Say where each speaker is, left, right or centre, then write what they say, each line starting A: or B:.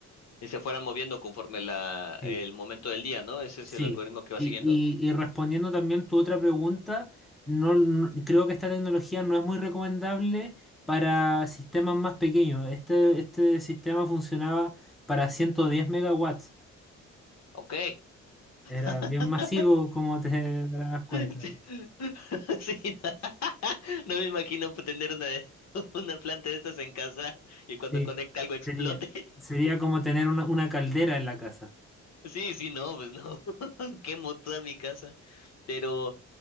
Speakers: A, on the left; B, in the centre.
A: y se fueran moviendo conforme la,
B: Sí.
A: el momento del día, ¿no? Ese es
B: Sí,
A: el algoritmo que va
B: y,
A: siguiendo.
B: y- y respondiendo también tu otra pregunta, no, no- creo que esta tecnología no es muy recomendable para sistemas más pequeños. Este, este sistema funcionaba para 110 megawatts.
A: Ok.
B: Era
A: <laughs>
B: bien masivo, como te darás cuenta.
A: Sí, <laughs> sí, no, <laughs> no me imagino tener una, <laughs> una planta de estas en casa y cuando
B: Sí,
A: conecta algo explote.
B: sería, sería como tener una, una caldera en la casa.
A: Sí, sí, no, pues no, <laughs> quemo toda mi casa. Pero,